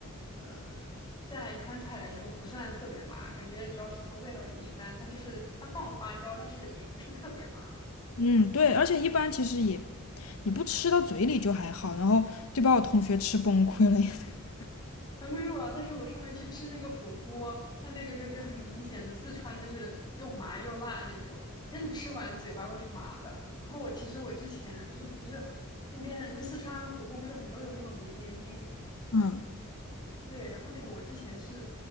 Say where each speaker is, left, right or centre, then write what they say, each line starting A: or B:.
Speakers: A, on the left; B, on the left.
A: 嗯、呃在川菜来说不算特别麻，感觉主要食堂味道也一般。它就是它放了花椒，但是也不是特别麻。
B: 嗯，对，而且一般其实也你不吃到嘴里就还好，然后就把我同学吃崩溃了。<laughs>
A: 还没有啊，但是我上回去吃那个火锅，它那个就是很明显的四川，就是又麻又辣那种，真的吃完嘴巴都是麻的。然后我其实我之前就是不是那边的就四川火锅不是很多有那种绵绵冰，
B: 嗯，
A: 对，然后那个我之前是